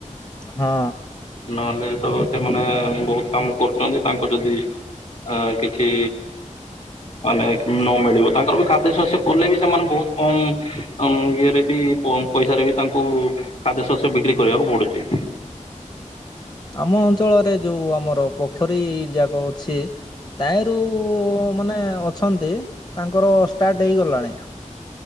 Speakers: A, on the left (about 35°); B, on the left (about 55°).
A: ହଁ।
B: ନହେଲେ ତ ସେମାନେ ବହୁତ୍ କାମ କରୁଛନ୍ତି ତାଙ୍କ ଯଦି ଆ କିଛି ଅନେକ୍ ନୋ ମିଳିବ ତାଙ୍କର ବି ଖାଦ୍ୟ ଶସ୍ୟ କଲେ ବି ସେମାନେ ବହୁତ୍ କମ୍ ଇଏରେ ବି କମ୍ ପଇସାରେ ବି ତାଙ୍କୁ ଖାଦ୍ୟଶସ୍ୟ ବିକ୍ରି କରିବାକୁ ପଡୁଛି।
A: ଆମ ଅଞ୍ଚଳରେ ଯୋଉ ଆମର ପୋଖରୀ ଯାକ ଅଛି ତାଇଁରୁ ମାନେ ଅଛନ୍ତି ତାଙ୍କର ଷ୍ଟାର୍ଟ ହେଇଗଲାଣି।